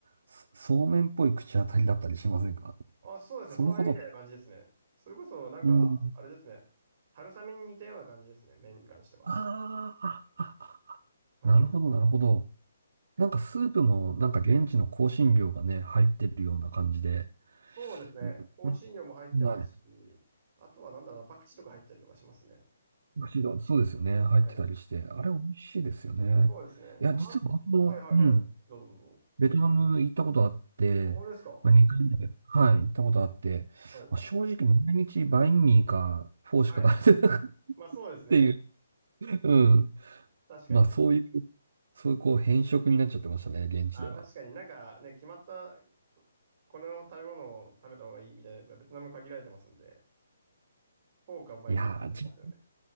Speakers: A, on the right (about 60°); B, on the right (about 30°).
A: そそうめんっぽい口当たりだったりしませんか
B: あ、そうですね。
A: そのこと。
B: そうめんみたいな感じですね。それこそ、なんか、
A: うん。
B: あれですね。春雨に似たような感じですね。麺に関しては。
A: あーあ、あ、あなるほど、
B: はい。
A: なるほど。なんかスープもなんか現地の香辛料がね、入ってるような感じで、
B: そうですね。
A: うん、
B: 香辛料も入ってますし、
A: うんはい。
B: あとはなんだろうな、パクチーとか入ったりとかしますね。
A: 美味しいのそうですよね。入ってたりして。
B: はい。
A: あれ美味しいですよね。
B: そうですね。
A: いや、
B: ま、
A: 実は僕も、
B: はいはいはい。
A: うん、
B: どうぞどうぞ。
A: ベトナム行ったことあって、
B: あ本当ですか
A: まあ、2回はい、行ったことあって、
B: はい。
A: まあ、正直毎日バインミーかフォーしか食べてなかったっ
B: はいはい。まあそうですね。
A: ていう、うん。
B: 確かに。
A: まあそういう、そういうこう変色になっちゃってましたね、現地では。
B: あ、確かになんかね、決まった、この食べ物を食べた方がいいみたいなやつがベトナム限られてますんで、フォーかバインミーありますよね。
A: いやー、